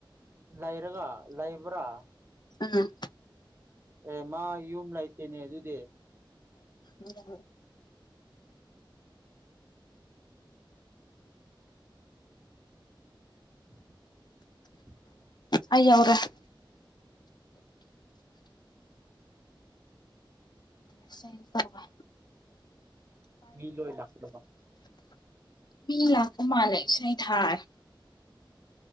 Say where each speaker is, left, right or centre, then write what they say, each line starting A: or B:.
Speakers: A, on the right; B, on the left.
A: ꯂꯩꯔꯒ ꯂꯩꯕ꯭ꯔꯥ
B: ꯑꯝ
A: ꯑꯦ ꯃꯥ ꯌꯨꯝ ꯂꯥꯛꯇꯦꯅꯦ ꯑꯗꯨꯗꯤ
B: ꯃꯤꯉ
A: <inaudible> <unintelligible>
B: ꯑꯏ ꯌꯥꯎꯒꯦ <unintelligible> <inaudible> ꯑꯗꯨ꯭ꯔꯦ ꯑꯩꯅ ꯇꯧꯕ
A: ꯃꯤ ꯂꯣꯏ ꯂꯥꯛꯂ
B: ꯃꯤ ꯂꯀ ꯃꯥꯅꯁꯥꯏ ꯊꯔ